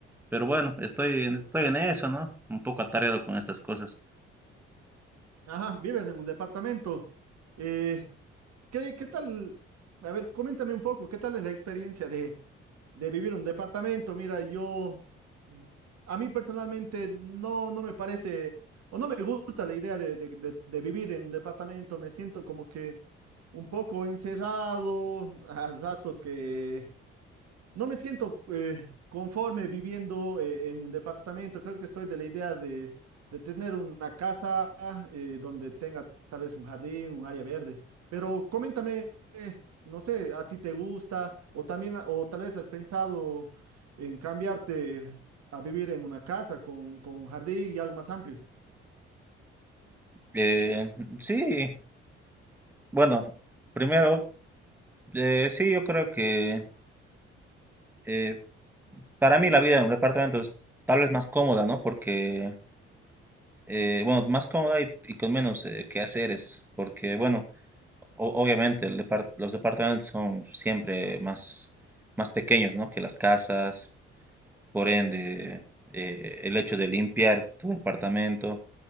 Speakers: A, in the centre; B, on the right.
A: pero bueno, estoy, en- estoy en eso, ¿no? Un poco atareado con estas cosas.
B: Ajá, vives en un departamento. Eh, ¿qué, qué tal? A ver, coméntame un poco, ¿qué tal es la experiencia de, de vivir en un departamento? Mira, yo, a mí personalmente no, no me parece, o no me gusta la idea de, de- de- de vivir en un departamento. Me siento como que un poco encerrado, a ratos que No me siento eh, conforme viviendo eh, en un departamento. Creo que soy de la idea de, de tener una casa eh, donde tenga tal vez un jardín, un área verde. Pero coméntame, eh, no sé, ¿a ti te gusta? O también, a- o tal vez has pensado en cambiarte a vivir en una casa con, con un jardín y algo más amplio.
A: Eh, sí, bueno, primero, eh, sí, yo creo que eh, Para mí la vida en un departamento es tal vez más cómoda, ¿no? Porque, eh, bueno, más cómoda y, y con menos eh, quehaceres, porque, bueno, o- obviamente el depart- los departamentos son siempre más, más pequeños, ¿no? Que las casas, por ende, eh, el hecho de limpiar tu departamento